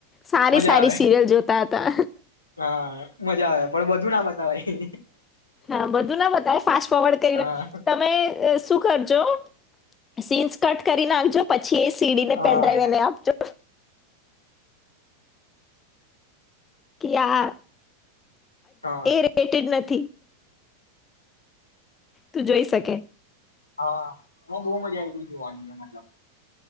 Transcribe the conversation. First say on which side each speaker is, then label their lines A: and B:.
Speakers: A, on the left (about 20°); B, on the left (about 80°).
A: સારી
B: મજા
A: સારી
B: આવે
A: સિરિયલ જોતા હતા
B: હા મજા આવે પણ બધું ના બતાવાઈ
A: હા બધું ના બતાય ફાસ્ટ ફોવર્ડ કરીને
B: હા
A: તમે શું કરજો સીન્સ કટ કરી નાખજો પ અછી એ સીડી ને
B: હા
A: પેડને આપ જો કે આ
B: હા
A: એ રેટે ન તું જોઈ શકે.
B: હા હ બહુ મજા આવી તી જોવાની મતલબ.